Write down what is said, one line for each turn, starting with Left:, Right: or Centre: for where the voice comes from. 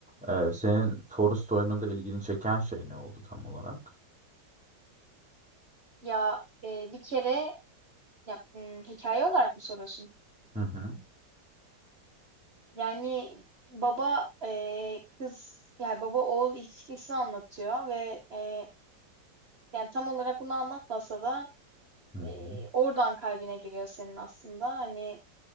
Centre: Ee, senin Forest oyununda ilgini çeken şey ne oldu tam olarak?
Right: Ya, eee, bir kere Ya, ımm, hikâye olarak mı soruyorsun?
Centre: Hı hı.
Right: Yani, baba, eee, kız, yani, baba oğul ilişkisini anlatıyor ve, eee, yani, tam olarak bunu anlatmasa da,
Centre: Hı hı.
Right: eee, oradan kalbine giriyor senin aslında. Hani,